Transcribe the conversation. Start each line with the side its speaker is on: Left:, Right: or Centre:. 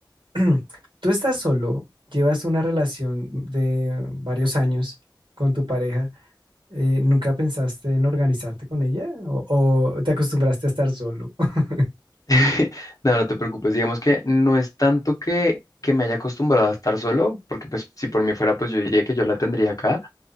Right: <clears throat> Tú estás solo, llevas una relación de varios años con tu pareja. eh, ¿nunca pensaste en organizarte con ella? ¿O, o te acostumbraste a estar solo? <laughs>
Left: <laughs> no, no te preocupes, digamos que no es tanto que, que me haya acostumbrado a estar solo, porque pues si por mí fuera, pues yo diría que yo la tendría acá.